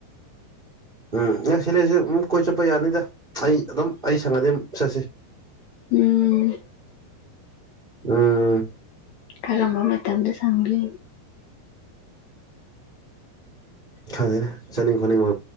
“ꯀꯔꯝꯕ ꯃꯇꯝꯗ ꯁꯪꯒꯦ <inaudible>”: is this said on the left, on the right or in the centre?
Left